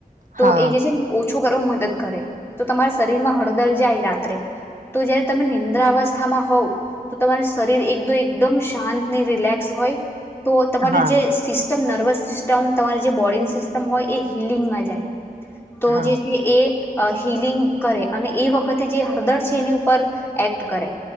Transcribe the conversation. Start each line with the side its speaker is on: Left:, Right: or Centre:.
Left: તો
Right: હા
Left: એ જે છે ઓછો કરવા મદદ કરે તો તમારા શરીરમાં હળદર જાય રાત્રે તો જયારે તમે નિંદ્ર અવસ્થામાં હોવ તો તમાર શરીર એકદ એકદમ શાંત ને રિલેક્સ હોય તો તમારું
Right: હા
Left: જે સિસ્ટમ નથી નર્વસ સિસ્ટમ તમારી જે બોડીની સિસ્ટમ હોય એ હિલિંગમાં જાય તો
Right: હા
Left: જે છે એ અ હિલિંગ કરે અને એ વખતે જે હળદર છે એની ઉપર એક્ટ કરે